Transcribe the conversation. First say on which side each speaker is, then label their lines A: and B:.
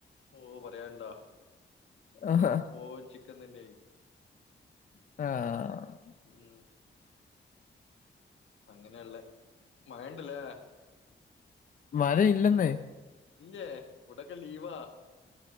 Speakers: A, on the left; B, on the left.
A: ഓ പറയണ്ടാ
B: ആഹാ.
A: എപ്പോ ചിക്കൻ തന്നെയായി.
B: ആഹാ.
A: ഉം... അങ്ങനെയള്ള, മഴണ്ടല്ലേ?
B: മഴ ഇല്ലെന്നേ.
A: ഇല്ലേ? ഇവിടൊക്കെ ലീവാ.